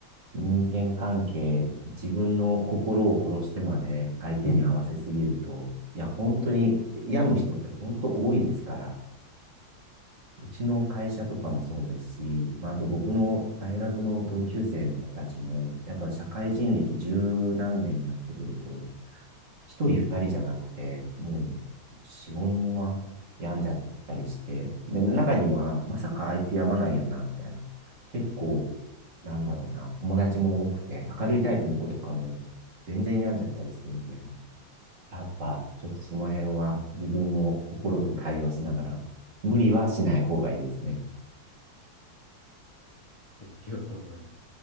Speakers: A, on the right; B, on the left.
A: 人間関係、自分の心を殺してまで相手に合わせすぎると、
B: <laughs>
A: いや、本当に病む人って本当多いですから、うちの会社とかもそうですし、まあ、あと僕の大学の同級生の子たちも、やっぱ社会人歴十何年になってくると、一人二人じゃなくて、もう、四五人は病んじゃったりして、で、中には、まさかあいつ病まないよな、みたいな。結構、なんだろうな、友達も多くて、明るいタイプの子とかも、全然病んじゃったりするんで、やっぱ、ちょっとその辺は、自分の心と対話しながら、無理はしない方がいいですね。
B: 気をつけようと思います。